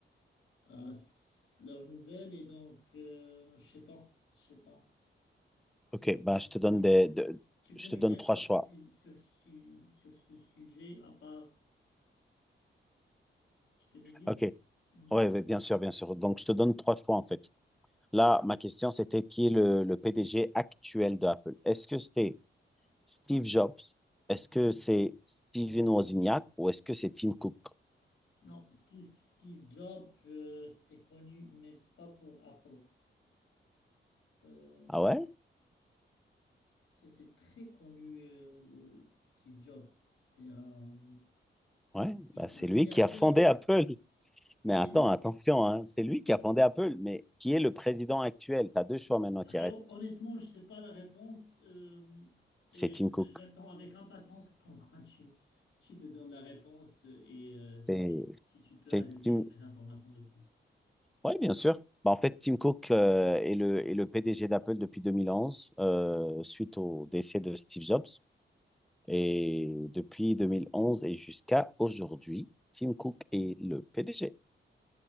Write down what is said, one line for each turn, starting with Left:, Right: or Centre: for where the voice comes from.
Left: à s- leurs nouvelles et donc euh, je sais pas, je sais pas.
Centre: Ok, bah, je te donne
Left: Tu
Centre: des,
Left: peux,
Centre: de-
Left: tu peux
Centre: je
Left: m'éclaircir
Centre: te donne trois choix.
Left: sur, su- sur, su- sur ce sujet, à part, tu peux me dire?
Centre: Ok, ouais,
Left: Mhm.
Centre: ouais, bien sûr, bien sûr. Donc, je te donne trois choix en fait. Là, ma question, c'était qui est le, le PDG actuel de Apple? Est-ce que c'est Steve Jobs? Est-ce que c'est Steven Wozniak? Ou est-ce que c'est Tim Cook?
Left: Non, Steve, Steve Jobs, euh, c'est connu, mais pas pour Apple. Euh,
Centre: Ah ouais?
Left: c'est c'est très connu, euh, le Steve Jobs. C'est un,
Centre: Ouais,
Left: oui,
Centre: bah,
Left: c'est
Centre: c'est
Left: un milliardaire
Centre: lui qui a fondé
Left: aussi.
Centre: Apple.
Left: C'est
Centre: Mais attends,
Left: lui?
Centre: attention, hein, c'est lui qui a fondé Apple, mais qui est le président actuel? Tu as deux choix maintenant
Left: Frérot,
Centre: qui restent.
Left: honnêtement, je sais pas la réponse euh, et
Centre: C'est Tim Cook.
Left: j'attends avec impatience quand, quand tu, tu me donnes la réponse et euh, si
Centre: C'est
Left: tu, si tu peux
Centre: c'est
Left: ajouter
Centre: Tim...
Left: quelques informations de plus.
Centre: Oui, bien sûr. Bah, en fait, Tim Cook euh, est le, est le PDG d'Apple depuis 2011, euh, suite au décès de Steve Jobs. Et depuis 2011 et jusqu'à aujourd'hui, Tim Cook est le PDG.